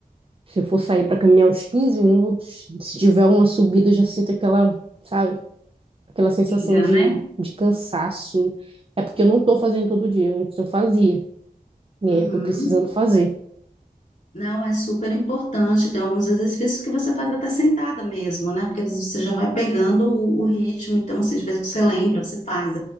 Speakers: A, on the right (about 35°); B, on the left (about 50°).
A: se eu for sair para caminhar uns 15 minutos, se tiver uma subida, eu já sinto aquela, sabe, aquela sensação
B: Siga,
A: de,
B: né?
A: de cansaço. É porque eu não tô fazendo todo dia, antes eu fazia, e
B: Uhum.
A: aí eu tô precisando fazer.
B: Não, é super importante. Tem alguns exercícios que você faz até sentada mesmo, né? Porque você já vai pegando o, o ritmo. Então, assim, de vez que você lembra, você faz.